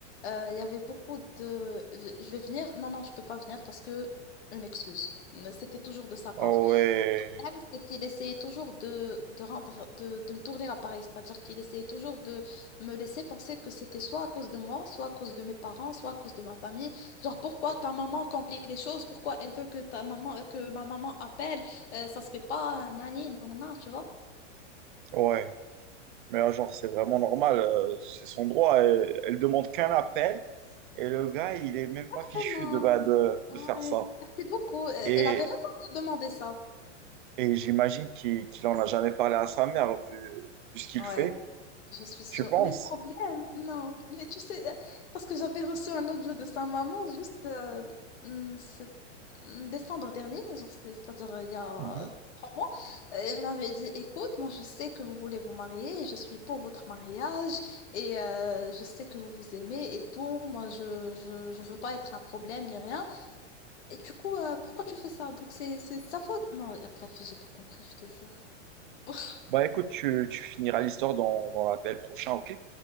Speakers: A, on the left; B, on the right.
A: euh, il y avait beaucoup de je je vais venir, non, non, je peux pas venir parce que une excuse. C'était toujours de sa part.
B: Ah ouais,
A: Le problème, c'est qu'il essayait toujours de, de rendre, de, de me tourner la pareille, c'est-à-dire qu'il essayait toujours de me laisser penser que c'était soit à cause de moi, soit à cause de mes parents, soit à cause de ma famille. Genre, pourquoi ta maman complique les choses? Pourquoi elle veut que ta maman, euh, que ma maman appelle? Euh, ça se fait pas, euh, nani, nanana, tu vois?
B: ouais. Mais euh, genre, c'est vraiment normal, euh, c'est son droit. Elle, elle demande qu'un appel et le gars, il est même pas
A: Exactement.
B: fichu de, bah, de, de
A: Ouais.
B: faire ça.
A: Merci beaucoup. Euh,
B: Et,
A: Elle avait raison de demander ça.
B: et j'imagine qu'il qu'il en a jamais parlé à sa mère vu, vu ce qu'il
A: Ouais.
B: fait,
A: Je suis sûre.
B: je pense.
A: Mais le problème, non. Mais tu sais, euh, parce que j'avais reçu un autre jeu de sa maman juste euh, mm, c'est- mm, décembre dernier, genre, c'est- c'est-à-dire euh, il y a
B: Mhm.
A: euh, trois mois. Euh, Elle m'avait dit, écoute, moi je sais que vous voulez vous marier, je suis pour votre mariage et euh, je sais que vous vous aimez et tout. Moi, je, je, je veux pas être un problème ni rien. Et du coup, euh, pourquoi tu fais ça? Donc c'est, c'est de sa faute. Moi, euh, bref, j'ai pas compris, je te jure. <laughs>
B: Bah écoute, tu, tu finiras l'histoire dans, dans l'appel prochain, ok?